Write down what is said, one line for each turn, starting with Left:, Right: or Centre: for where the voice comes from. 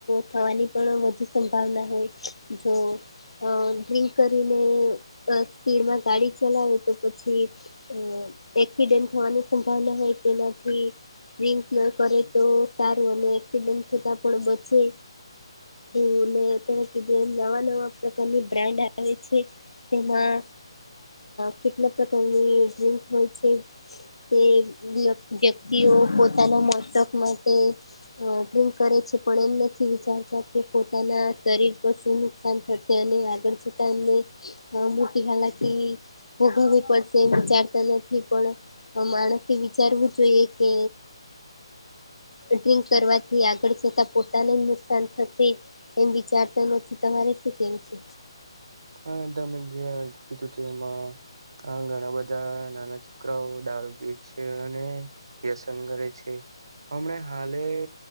Left: થવાની પણ વધુ સંભાવના હોય જો અ ડ્રિંક કરીને સ્પીડમાં ગાડી ચલાવે તો પછી અ એક્સિડેન્ટ થવાની સંભાવના હોય તેનાથી ડિંક ના કરે તો સારું અને એક્સિડેન્ટ થતા પણ બચે. એવું ને તમે કીધું એ નવા નવા પ્રકારની બ્રાન્ડ આવે છે. તેમા કેટલા પ્રકારની ડ્રિંક હોય છે. તે વ્યક્તિઓ પોતાના મોતક માટે અ ડ્રિંક કરે છે, પણ એમ નથી વિચારતા કે પોતાના શરીર પાસે તેની થશે અને આગળ જતા એમને મોટી હાલાકી ભોગવવી પડશે એ વિચારતા નથી પણ માણસે વિચારવું જોઈએ કે અ ડ્રિંક કરવાથી આગળ જતા પોતાને જ નુકસાન થશે એમ વિચારતા નથી તમારે શું કેવું છે.
Right: હા તમે ગ કીધુંતે એમાં હા ઘણા બધા નાના છોકરાઓ દારૂ પીજ છે અને વ્યસન કરે છે હમણા હાલે